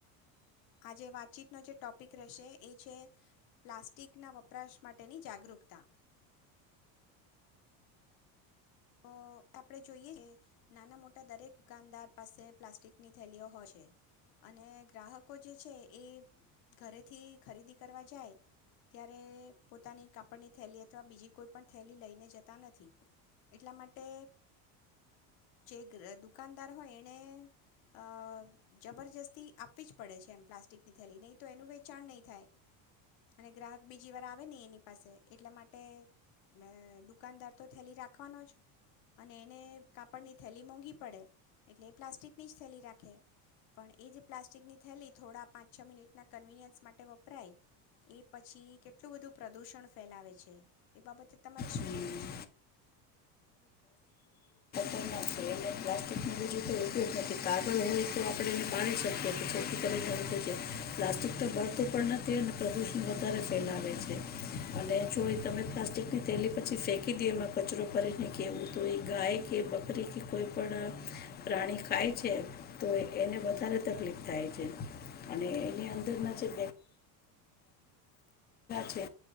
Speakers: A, on the left (about 60°); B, on the left (about 25°).
A: આજે વાતચીતનો જે ટોપિક રહેશે એ છે, પ્લાસ્ટિકના વપરાશ માટેની જાગૃકતા. તો આપણે જોઈએ કે નાના મોટા દરેક દુકાનદાર પાસે પ્લાસ્ટિકની થેલીઓ હોય છે. અને ગ્રાહકો જે છે એ ઘરેથી ખરીદી કરવા જાય ત્યારે પોતાની કાપડની થેલી અથવા બીજી કોઈ પણ થેલી લઈને જતા નથી. એટલા માટે જે ગ્ર દુકાનદાર હોય એણે અ જબરજસ્તી આપવી જ પડે છે એમ પ્લાસ્ટિકની થેલી, નહીં તો એનું વેચાણ નહીં થાય અને ગ્રાહક બીજી વાર આવે નહીં એની પાસે. એટલા માટે અ દુકાનદાર તો થેલી રા ખવાનો જ અને એને કાપડની થેલી મોંઘી પડે એટલે એ પ્લાસ્ટિકની જ થેલી રાખે. પણ, એ જે પ્લાસ્ટિકની થેલી થોડા પાંચ છ મિનિટના કન્વીનિયન્સ માટે વપરાય એ પછી કેટલું બધું પ્રદૂષણ ફેલાવે છે. એ બાબતે તમારે શું
B: હમ
A: કહેવું છે?
B: <inaudible> પ્લાસ્ટિકનું બીજું કોઈ ઉપયોગ નથી. કાગળ હોય તો આપણે એને બાળી શકીએ કે જેથી કરીને <inaudible> પ્લાસ્ટિક તો બળતું પણ નથી અને પ્રદુષણ વધારે ફેલાવે છે. અને જોએ તમે પ્લાસ્ટિકની થેલી પછી ફેંકી દયો એમાં કચરો ભરીને કેવું, તો એ ગાય કે બકરી કે કોઈ પણ પ્રાણી ખાય છે. તો એને વધારે તકલીફ થાય છે. અને એની
A: હમ્મ.
B: અંદરના જે છે